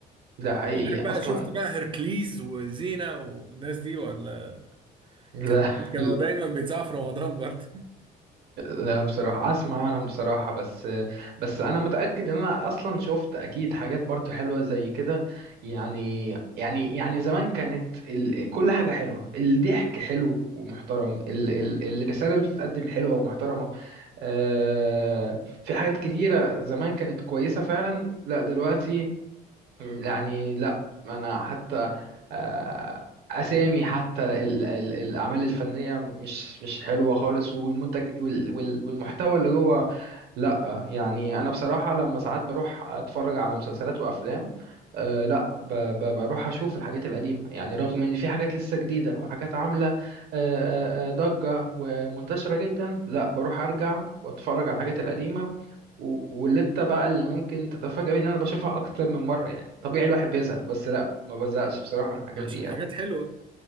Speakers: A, on the right; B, on the right.
A: ده حقيقي
B: مش عارف بقى
A: اصلا
B: شفت بقى هركليز وزينة والناس دي ولا
A: لا
B: كان-
A: <laughs>
B: كانوا دايما بيتذاعوا في رمضان برضه
A: لا بصراحة أسمع عنهم بصراحة بس بس أنا متأكد إن أنا أصلا شفت أكيد حاجات برضو حلوة زي كده يعني يعني يعني زمان كانت ال... كل حاجة حلوة الضحك حلو ومحترم ال... ال... الرسالة اللي بتتقدم حلوة ومحترمة آه... في حاجات كتيرة زمان كانت كويسة فعلا لا دلوقتي مم، يعني لا انا حتى آه، اسامي حتى ال- ال- الاعمال الفنيه مش مش حلوه خالص والمنتج وال- وال- والمحتوى اللي جوه لا يعني انا بصراحه لما ساعات بروح اتفرج على مسلسلات وافلام أه لا ب ب بروح اشوف الحاجات القديمه يعني رغم ان في حاجات لسه جديده وحاجات عامله أه أه آه، ضجه ومنتشره جدا لا بروح ارجع واتفرج على الحاجات القديمه و- واللي انت بقى اللي ممكن تتفاجأ بيه ان انا بشوفها اكتر من مره يعني طبيعي الواحد بيزهق بس لا ما بزهقش بصراحه من الحاجات
B: <laughs> عشان
A: دي يعني
B: حاجات حلوه